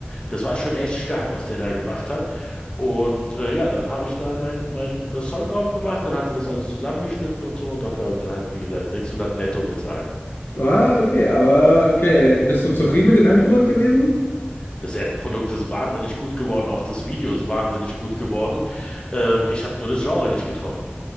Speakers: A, on the left (about 25°); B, on the left (about 55°).
A: das war schon echt stark, was der da gemacht hat. Und äh, ja, dann habe ich da meinen mein, mein, äh, Song drauf gemacht, dann hat er das alles zusammengeschnitten und so und dafür habe ich dann halt, wie gesagt, 600 netto bezahlt.
B: Ah, okay, aber okay. Bist du zufrieden mit dem Endprodukt gewesen?
A: Das Endprodukt ist wahnsinnig gut geworden, auch das Video ist wahnsinnig gut geworden. Ähm, ich habe nur das Genre nicht getroffen.